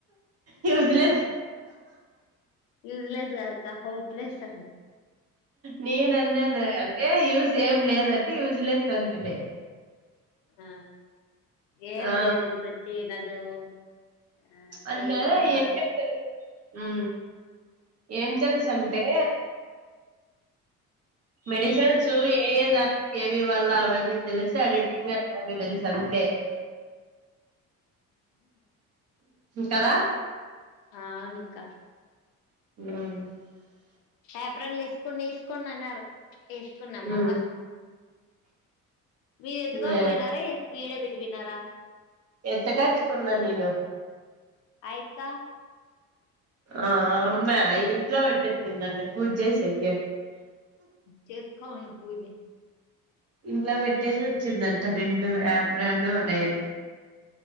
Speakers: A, on the right (about 35°); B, on the left (about 50°).
A: యూజ్లెస్
B: యూజ్లెస్ కాదుక హోప్లెస్ అది
A: నేన అన్నా అంటే యూజ్ ఏం లేదంటే యూజ్లెస్ అంటలే
B: ఆ ఏం
A: ఆ
B: లేదు ఇడికిచ్చి నన్ను ఆ ఇప్ప
A: అంటే
B: ఏదో అన్నాడు
A: ఎారు ఉ ఏం తెలుసు అంటే మెడిసిన్స్ ఏ ఏ దా ఏవి వాళ్ళ అవన్నీ తెలిసి అ తెలుసి అంతే అ కదా
B: ఆ అవునుక్క
A: అ
B: పేపరన్లు తీసుకుని తీసుకని అన్నారు తీసుకున్నాం మళ్ళా
A: ఉమ్,
B: మీ ఎతగా
A: ఆ
B: వినారా ఎ విడ బటి వినారా
A: ఎంత ఖర్చుకురు న నిను
B: యక్క
A: ఆ అమ్మా ఇంట్లో పెట్టటిచ్చిందండి పూజ చే సరిగ్గ
B: చెక్కను పూజ
A: ఇంట్లో పెట్టేసి వచ్చిందంట రెండు యాప్రాలు ఉన్నాయి ర